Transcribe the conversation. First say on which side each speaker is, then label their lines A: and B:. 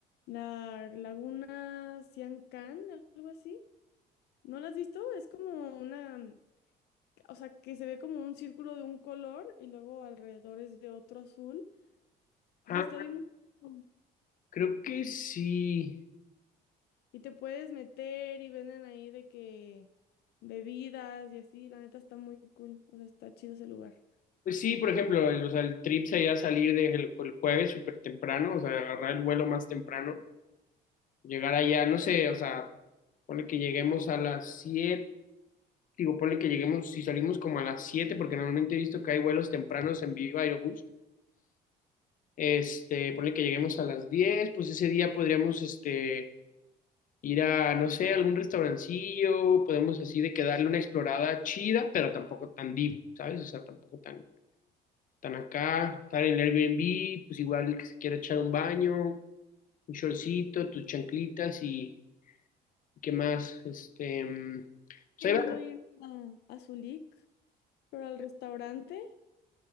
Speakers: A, on the left; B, on the left.
A: la laguna Can, algo así. ¿No la has visto? Es como una, o sea, que se ve como un círculo de un color y luego alrededor es de otro azul. Ay,
B: Ah,
A: está bien. bueno.
B: creo que sí.
A: Y te puedes meter y venden ahí de que bebidas y así. La neta está muy cool. O sea, está chido ese lugar.
B: Pues sí, por ejemplo, el, o sea, el trip sería salir desde el, el jueves súper temprano, o sea, agarrar el vuelo más temprano, llegar allá, no sé, o sea, ponle que lleguemos a las 7 digo, ponle que lleguemos, si salimos como a las 7 porque normalmente he visto que hay vuelos tempranos en Viva Aerobús, este, ponle que lleguemos a las 10 pues ese día podríamos, este, ir a, no sé, algún restaurancillo, podemos así de que darle una explorada chida, pero tampoco tan deep, ¿sabes? O sea, tampoco tan están acá, están en el Airbnb, pues igual el que se quiera echar un baño, un shortcito, tus chanclitas y qué más, este, mm, pues
A: querido
B: ahí va
A: ir a, a Zulik, pero al restaurante.